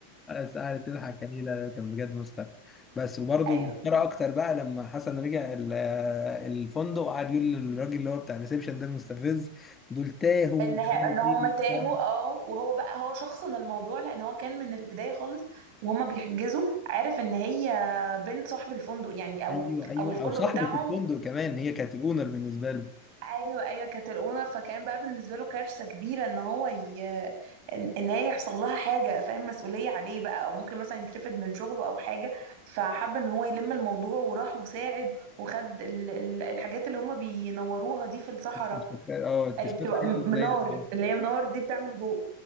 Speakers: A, on the left (about 15°); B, on the right (about 45°).
A: بس قعدت تضحك عليه لا لا، كان بجد مسخره بس وبرده
B: ايوه
A: مسخره اكتر بقى لما حسن رجع ال- الفندق وقعد يقول للراجل اللي هو بتاع الريسبشن ده المستفز دول تاهوا
B: ان
A: مش
B: ه-
A: عارف
B: ان هما
A: ايه
B: تاهوا
A: وبتاع.
B: اه وهو بقى هو شخصن الموضوع لان هو كان من البدايه خالص وهما بيحجزوا عارف ان هي بنت صاحب الفندق يعني او
A: ايوه ايوه
B: او الفندق
A: او صاحبه
B: بتاعهم
A: الفندق كمان هي كانت الاونر بالنسبه له
B: ايوه ايوه كانت الاونر فكان بقى بالنسبه له كارثه كبيره ان هو ي... ان إن هي يحصل لها حاجه فاهم مسؤوليه عليه بقى او ممكن مثلا يترفد من شغله او حاجه فحب ان هو يلم الموضوع وراح وساعد وخد ال... ال- الحاجات اللي هم بينوروها دي في الصحراء
A: مش فاكر- اه اكتشفت
B: اللي بتبقى
A: حاجات
B: م-
A: زي
B: منار
A: ال-
B: اللي هي منار دي بتعمل ضوء